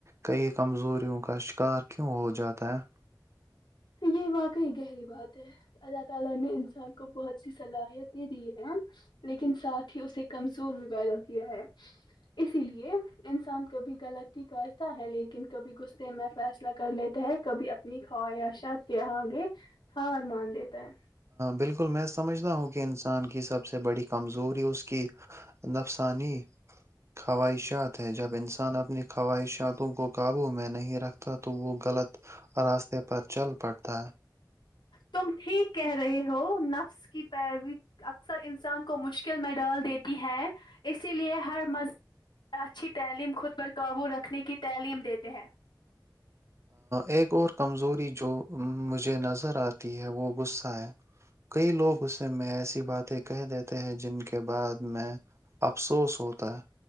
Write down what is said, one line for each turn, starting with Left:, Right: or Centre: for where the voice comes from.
Right: کئی کمزوریوں کا شکار کیوں ہو جاتا ہے
Left: یہی واقعی گہری بات ہے اللہ تعالی نے انسان کو بہت اچھی صلاحیت دے دی ہے لیکن ساتھ ہی اسے کمزور بھی پیدا کیا ہے اسی لیے انسان کبھی غلطی کا تا لیکن کبھی غصے میں فیصلہ کر لیتے ہیں کبھی اپنی خواہش چھ کے آگے ہار مان لیتا ہے
Right: بالکل میں سمجھتا ہوں کہ انسان کی سب سے بڑی کمزوری اس کی نفسانی خواہشات ہے جب انسان اپنی خواہشاتوں کو قابو میں نہیں رکھتا تو وہ غلط راستے پر چل پڑتا ہے
Left: تم ٹھیک کہہ رہے ہو نفس اس کی پیروی اکثر انسان کو مشکل میں ڈال دیتی ہے اسی لیے ہر مذب اچھی تعلیم خود پر قابو رکھنے کی تعلیم دیتے ہیں
Right: ایک اور کمزوری جو مجھے نظر آتی ہے وہ غصہ ہے کئی لوگ اس میں ایسی باتیں کہہ دیتے ہیں جن کے بعد میں افسوس ہوتا ہے